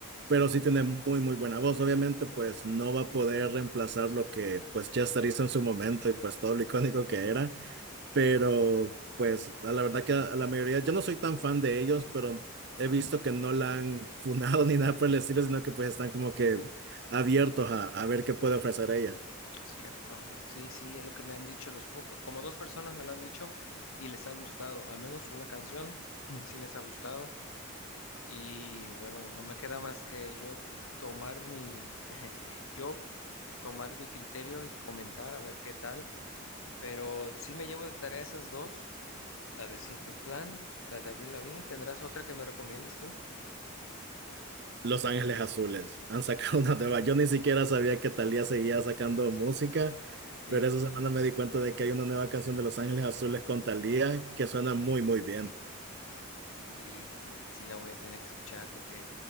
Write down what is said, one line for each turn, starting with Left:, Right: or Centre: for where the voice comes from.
Right: pero sí tiene muy, muy buena voz, obviamente, pues no va a poder reemplazar lo que, pues Chester hizo en su momento y pues todo lo icónico que era, pero pues a la verdad que a la mayoría, yo no soy tan fan de ellos, pero he visto que no la han funado <laughs> ni nada por el estilo, sino que pues están como que abiertos a, a ver qué puede ofrecer ella.
Left: pues, Cierto, sí, sí, es lo que me han dicho los pocos, como dos personas me lo han dicho y les ha gustado, al menos una canción <clears throat> sí les ha gustado y bueno, no me queda más que yo tomar mi, <laughs> yo tomar mi criterio y comentar a ver qué tal, pero sí me llevo de tarea esas dos, la de Simple Plan, la de Avril Lavigne, ¿tendrás otra que me recomiendes tú?
Right: Los Ángeles Azules han sacado <laughs> una nueva. Yo ni siquiera sabía que Thalía seguía sacando música,
Left: Sí.
Right: pero esa semana me di cuenta de que hay una nueva canción de Los Ángeles Azules con Thalía que suena muy, muy bien.
Left: Híjole, sí la voy a tener que escuchar porque